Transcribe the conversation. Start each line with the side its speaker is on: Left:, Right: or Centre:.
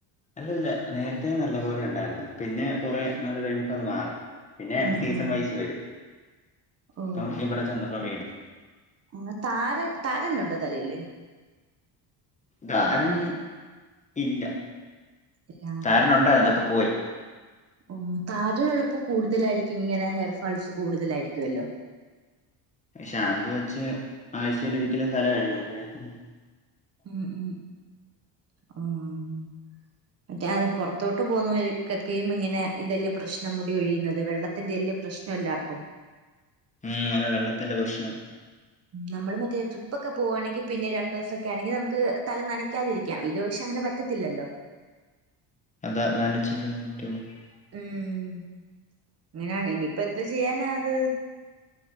Left: അല്ലല്ല നേരത്തെ നല്ല പോലെ ഉണ്ടായിരുന്നു പിന്നെ കുറെ നാള് കഴിഞ്ഞപ്പോ അത് മാറി. പിന്നെ
Right: ഉം
Left: സീസൺ
Right: ഉം
Left: വൈസ് വരും.
Right: ഓ
Left: ഇപ്പം ഇവിടെ ചെന്നപ്പോ വീ
Right: ഉം താരൻ താരന് ഉണ്ടോ തലയില്
Left: താരൻ ഇല്ല
Right: ഇല്ല
Left: താരനുണ്ടായിരുന്നു. അതൊക്കെ പോയി
Right: ഉം താരൻ ഉള്ളപ്പോ കൂടുതലായിരിക്കും ഇങ്ങനെ ഹെയർ ഫാൾസ് കൂടുതലായിരിക്കൊല്ലോ
Left: ഷാമ്പു വെച്ച് ആഴ്ചയിൽ ഒരുക്കല് തല കഴു <unintelligible>
Right: ഉം ഉം ആഹ് മറ്റേ അത് പുറത്തോട്ട് പോകുന്നവർക്ക് ഒക്കെയും ഇങ്ങനെ ഇതല്ലേ പ്രശ്നം മുടി കൊഴിയുന്നത്. വെള്ള <unintelligible> പ്രശ്ന എല്ലാർക്കും
Left: ഉം അതെ വെള്ളത്തിന്റെ പ്രശ്നാണ്
Right: നമ്മള് മറ്റേ ട്രിപ്പ് ഒക്കെ പോവാണെങ്കി പിന്നെ രണ്ട് ദിവസൊക്കെ ആണെങ്കി നമുക്ക് തല നനക്കാതിരിക്കാം. ഇത് പക്ഷെ അങ്ങനെ പ പറ്റത്തില്ലല്ലോ
Left: അതാ നനച്ചി <unintelligible>
Right: ഉം ഇങ്ങനാണങ്കി ഇപ്പൊ എന്തോ ചെയ്യാനാ അത്